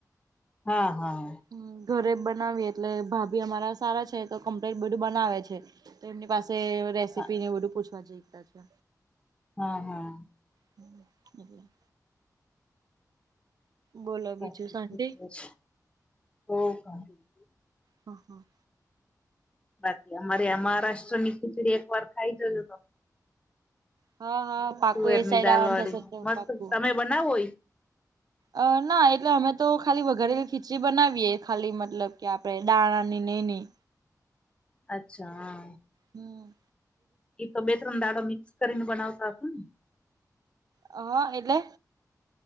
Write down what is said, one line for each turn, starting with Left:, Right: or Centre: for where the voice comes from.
Left: હા હા.
Right: હમ્મ, ઘરે જ બનાવીએ એટલે ભાભી અમારા સારા છે તો કમ્પ્લીટ બધું બનાવે છે. તો એમની પાસે રેસીપી
Left: હા
Right: ને બધું પૂછવા જઈતા છે.
Left: હા હા.
Right: હમ્મ, <unintelligible> બોલો
Left: <unintelligible>
Right: બીજું શાંતિ હ હા.
Left: બાકી અમારે આ મહારાષ્ટ્ર ની ખીચડી એક વાર ખાઈ જજો તમે.
Right: હા હા પાકું
Left: તુવેર
Right: એ
Left: ની
Right: સાઈડ
Left: દાલ
Right: આવવાનું
Left: વાળી
Right: થશે તો
Left: મસ્ત,
Right: પાકું
Left: તમે બનાવો ઈ?
Right: અ ના એટલે અમે તો ખાલી વઘારેલી ખીચડી બનાવીએ ખાલી મતલબ કે આપડે દાણા ની ને એની.
Left: અચ્છા હા.
Right: હમ્મ.
Left: એ તો બે ત્રણ દાડો મિક્સ કરીને બનાવતા હતા ને?
Right: હા એટલે